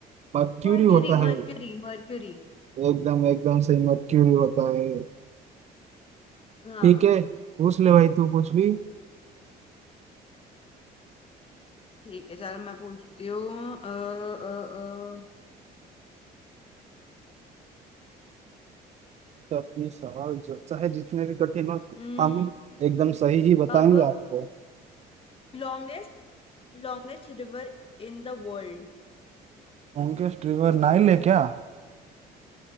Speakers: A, on the right (about 40°); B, on the left (about 35°).
A: मर्क्यूरी
B: Mercury
A: होता है
B: mercury mercury
A: एकदम एकदम सही मर्क्यूरी होता है
B: हाँ
A: ठीक है पूछ ले भाई तू कुछ भी
B: ठीक है चलो मैं पूछती हूँ अ, अ, अ,
A: तो अपनी सवाल जो चाहे जितने भी कठिन हो
B: हम्म,
A: हम एकदम सही ही बताएंगे
B: अब
A: आपको
B: longest longest river in the world
A: ओंकेश ट्रिवर नाइल है क्या